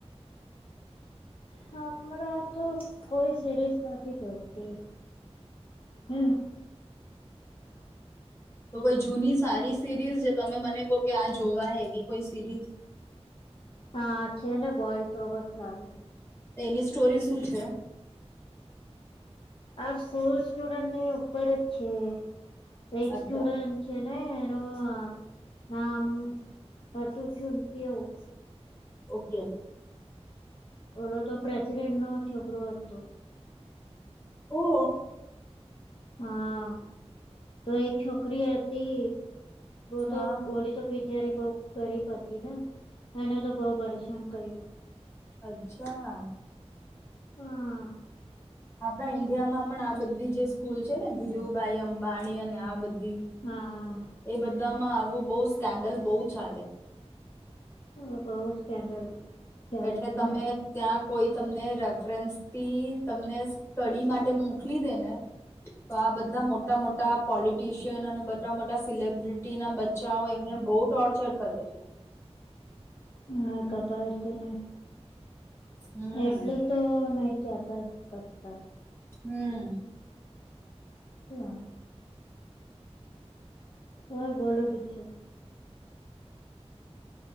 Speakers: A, on the left; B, on the left.
A: હમણાં તો કોઈ સિરીઝ નથી જોકતી હમ
B: તો કોઈ જૂની સારી સિરીઝ જે તમે મને કહો કે આ જોવાય એવી કોઈ સિરીઝ
A: હા, છે ને બોયસ ઓગસ લાગ
B: એની સ્ટોરી શું છે
A: આ સ્કૂલ સ્ટુડન્ટ ને ઉપર જ છે એક
B: અચ્છા
A: સ્ટુડન્ટ છે ને એનું નામ <unintelligible> કરતું શું એવું
B: ઓકે
A: ઓલો તો પ્રેસિડેન્ટ નો છોકરો હતો હતો
B: ઓ
A: હા, તો એક છોકરી હતી વો
B: હા
A: તો ઓડી તો પી ત્યારે બહુ ગરીબ હતી ને એને તો બહુ પરેશાન કર્યું
B: અચ્છા
A: હા
B: આપણા ઈન્ડિયામાં પણ આ બધી જે સ્કૂલ છે ને ધીરુભાઈ અંબાણી અને આ બધ
A: હા
B: એ બધા માં આવ એ બહ સ્કેન્ડલ બહુ ચાલે
A: હ બહુ સ્કેન્ડલ ચાલે
B: એટલે
A: છે
B: તમે
A: ને
B: ત્યાં કોઈ તમને રેફરન્સથી તમને સ્ટડી માટે મોકલી દે ને તો આ બધા મોટા મોટા પોલિટીશિયન અને મટા મોટા સિલબ્રિટીના બચ્ચાઓ એમને બહુ ટોર્ચર કરે છે
A: હા, કરતા હશે ને.
B: હમ
A: એટલું તો નહી જત પતા
B: હમ
A: હ <unintelligible> હ બોલો બીજું